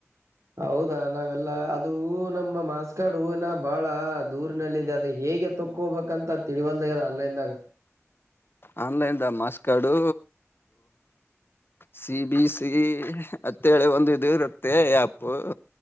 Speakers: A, on the right; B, on the left.
A: ಹೌದಾ ನಾವೆಲ್ಲಾ ಅದು ನಮ್ಮ ಮಾರ್ಕ್ಸ್ ಕಾರ್ಡು ಇನ್ನ ಬಾಳ ದೂರ್ನಲ್ಲಿದೆ ಅದು ಹೇ ಹೇಗೆ ತಕ್ಕೊ ಹೋಬೇಕಂತ ತಿಳಿವಲ್ದ ಆನ್ಲೈನ್ದಾಗ.
B: ಆನ್ಲೈನ್ದ marks card. C B C ಅತ್ತೇಳೆ ಒಂದು ಇದು ರೂಪೇ ಯಾಪು.